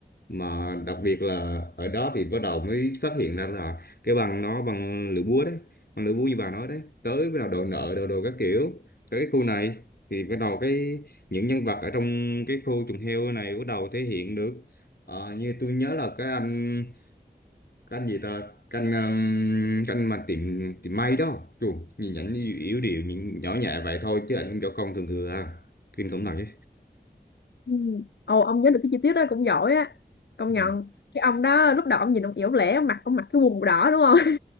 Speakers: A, on the left (about 65°); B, on the left (about 90°).
A: mà đặc biệt là ở đó thì bắt đầu mới phát hiện ra là cái bằng nó bằng lưỡi búa đấy bằng lưỡi búa như bà nói đấy tới bắt đầu đòi nợ đòi đồ các kiểu tới cái khu này thì bắt đầu cái những nhân vật ở trong cái khu chuồng heo này bắt đầu thể hiện được Ờ, như tôi nhớ là cái anh cái anh gì ta cái anh um, cái anh mà tiệm tiệm may đó Chù, nhìn ảnh như yếu điệu nhìn nhỏ nhẹ vậy thôi chứ ảnh cũng võ công thường thường à kinh khủng thật chứ
B: Ừ. Ồ ông nhớ được cái chi tiết đó cũng giỏi á công
A: Ừ.
B: nhận cái ông đó lúc đầu ông nhìn ông yếu lẻ ông mặc ông mặc cái quần màu đỏ đúng không <laughs>